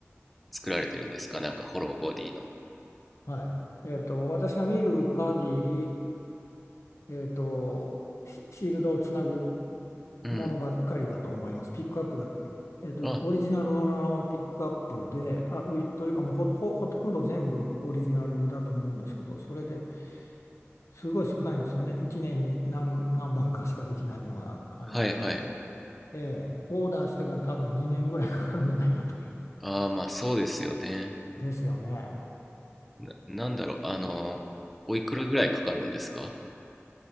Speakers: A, in the centre; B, on the left.
A: 作られてるんですかなんかホローボディの。
B: い、はい。えっと、私が見る限り、えっと、シシールドをつなぐ
A: うん。
B: ものばっかりだと思います。ピックアップが、えっと、
A: あ、
B: オリジナルのピックアップで、あ、ういというかもうほ、ほ、ほとんど全部オリジナルだと思うんですけど、それですごい少ないんですよね。1年に何、何本かしかできないような感じなので、
A: はいはい。
B: ええオーダーしてから多分2年ぐらいかかるんじゃないかという。
A: ああ、まあそうですよね。
B: ですよね。
A: な、なんだろう、あの、おいくらぐらいかかるんですか